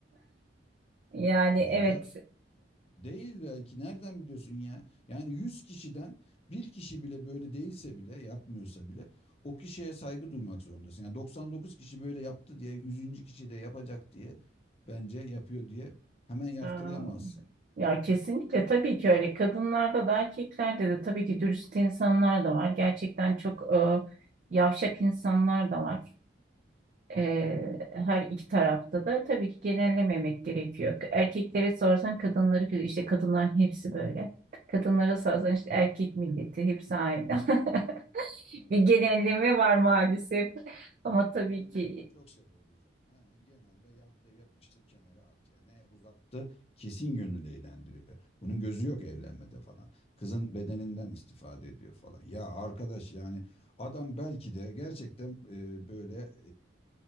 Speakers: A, on the right; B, on the left.
A: <laughs> yani
B: Ya,
A: evet
B: ya değil belki nereden biliyorsun ya? Yani 100 kişiden bir kişi bile böyle değilse bile yapmıyorsa bile o kişiye saygı duymak zorundasın. Yani 99 kişi böyle yaptı diye yüzüncü kişi de yapacak diye bence yapıyor diye hemen yaftalayamazsın.
A: Aa, Ya kesinlikle tabii ki öyle. Kadınlarda da erkeklerde de tabii ki dürüst insanlar da var. Gerçekten çok e, yavşak insanlar da var. E, her iki tarafta da tabii ki genellememek gerekiyor. Erkeklere sorsan kadınları işte kadınların hepsi böyle. Kadınlara sorsan işte erkek milleti hepsi aynı. <laughs>
B: Aynen
A: Bir genelleme
B: ama işte
A: var maalesef. Ama tabii
B: genellemeyi
A: ki
B: çok severiz yani. Hemen genelle yap da yapıştır kenara at yani. Ne uzattı kesin yönünde eğlendiriyor. Bunun gözü yok evlenmede falan. Kızın bedeninden istifade ediyor falan. Ya arkadaş yani adam belki de gerçekten e, böyle